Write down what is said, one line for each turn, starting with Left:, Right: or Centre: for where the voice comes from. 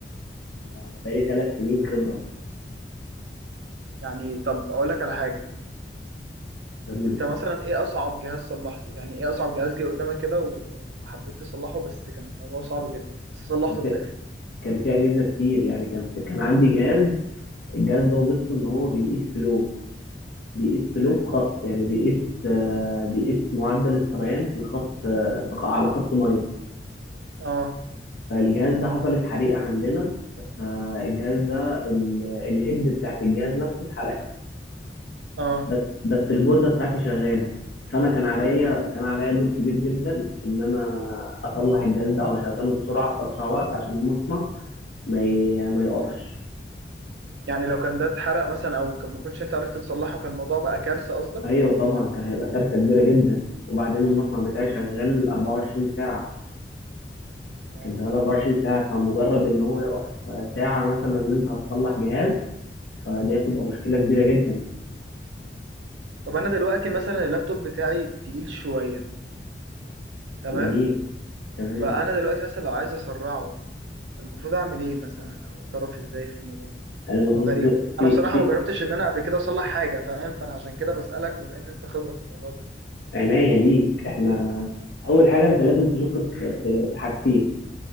Left: انا بقالي ثلاث سنين خبره
Right: يعني طب اقول لك على حاجه
Left: قول
Right: انت
Left: لي
Right: مثلا ايه اصعب جهاز صلحته يعني ايه اصعب جهاز جه قدامك كده و- وحبيت تصلحه بس كان الموضوع صعب جدا بس صلحته
Left: كان في
Right: في الاخر
Left: كان في اجهزه كتير يعني كان في... كان عندي جهاز الجهاز ده وظيفته ان هو بيقيس فلو بيقيس فلو
Right: امم
Left: في خط يعني بيقيس آه، بيقيس معدل السريان في الخط آه، في... خ- على خط ميه
Right: اه
Left: فالجهاز ده حصلت حريقه عندنا فالجهاز ده ال... الهيد بتاعت الجهاز نفسه اتحرق
Right: اه
Left: بس بس البوردة بتاعتي شغالة فأنا كان عليا
Right: امم
Left: كان عليا دور كبير جدا إن أنا أصلح الجهاز ده أو أشغله بسرعة في أسرع وقت عشان المصنع ما ي... ما يقفش
Right: يعني لو كان ده اتحرق مثلا او كان- ما كنتش انت عرفت تصلحه كان الموضوع بقى كارثه قصدك
Left: أيوه طبعا كان هيبقى كارثة كبيرة جدا وبعدين المصنع بتاعي شغال 24 ساعة
Right: اه
Left: كان شغال 24 ساعة فمجرد إن هو يقف ساعة مثلا إن أنت هتصلح جهاز فدي هتبقى مشكلة كبيرة جدا
Right: طب انا دلوقتي مثلا اللابتوب بتاعي تقيل شويه تمام
Left: جميل تمام
Right: فانا دلوقتي مثلا لو عايز اسرعه المفروض اعمل ايه مثلا او اتصرف ازاي في الموضوع ده
Left: المفروض
Right: لانه غريب
Left: ت- في
Right: انا بصراحه
Left: في
Right: ما جربتش ان انا قبل كده اصلح حاجه فاهم فانا عشان كده بسالك بما ان انت خبره في الموضوع ده
Left: عناية ليك إحنا أول حاجة أنت لازم تشك في في في حاجتين